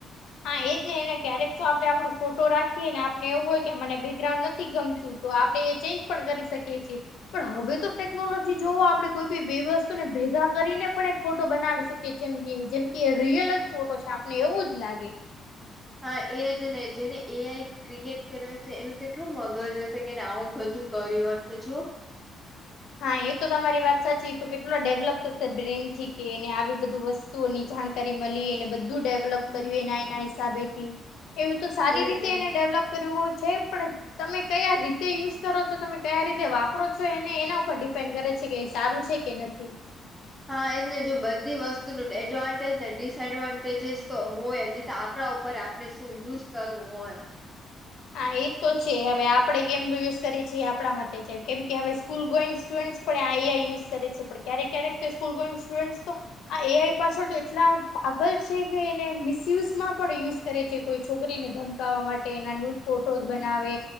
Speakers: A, on the left; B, in the centre.
A: હા એજ જ હી એને ક્યારેક તો આપણે આપડું ફોટો રાખીએ ને આપને એવું હોય કે મને બેકગ્રાઉન્ડ નથી. થી ગમશું તો આપડણે એ ચેન્જ પણ કરી શકીએ છીએ. પણ હવે તો ટેકનોલોજી જોવ આપણે કોઈ બી બે વસ્તુને ભેગા કરીને પણ એક ફોટો બનાવી શકીએ. કે જેમ કે જેમ કે રિયલ જ ફોટો છે આપને એવું જ લાગે.
B: હા એ જ ને જેને એ આઈ ક્રિએટ કર્યો છે એનું કેટલું મગજ હશે કેને આવું બધું કર્યું હશે જો.?
A: હા એ તો તમારી વાત સાચી, તો કેટલો ડેવલપ થશે બ્રેન થી કે એને આવી બધું વસ્તુ ની જાણકારી મળી અનેને બધું ડે
B: હમ
A: કર એના એના હિસાબે થી એવું તો સારી
B: એજ
A: રીતે
B: એજ
A: એને ડેવલપ છે પણ તમે કયા રીતે યુઝ કરો છો તમે કયા રીતે વાપરો છો એને એના ઉપર. ડિપેન્ડ કરે છે કે સારું છે કે નથી.
B: હા એને જો બધી વસ્તુ ન એડવાન્ટેજ ને ડિસએડવાન્ટેજસ તો હોય કપડા ઉપર આપણે શું યુઝ કરવું હોય.
A: હા એ તો છે હવે આપણેે કેમ યુઝ કરીએ છીએ એ આપણા મતે છે, કેમ કે હવે સ્કૂલ ગોઈંગ સ્ટુડન્ટ પણ આ આ યુઝ કરે છે પણ ક્યારેક ક્યારેક તો સ્કૂલ ગઈ સ્ટુડન્ટ્સ તો આ એ આઈ પાછળ તો એટલા પાગલ છે કે એને મિસયુઝ માં પણ યુઝ કરે છે. કોઈ છોકરીને ધમકાવવા માટે એના ન ફોટોઝ બનાવે